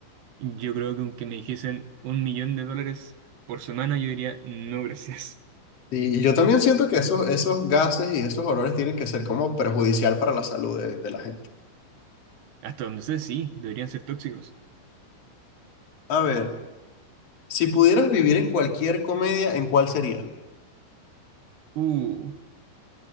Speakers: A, on the right (about 65°); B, on the left (about 35°).
A: yo creo que aunque me dijesen un millón de dólares por semana, yo diría no gracias.
B: Y yo también siento que esos, esos gases y esos olores tienen que ser como perjudicial para la salud de, de la gente.
A: <laughs> Hasta donde sé, sí, deberían ser tóxicos.
B: A ver, si pudieras vivir en cualquier comedia, ¿en cuál sería?
A: Uh.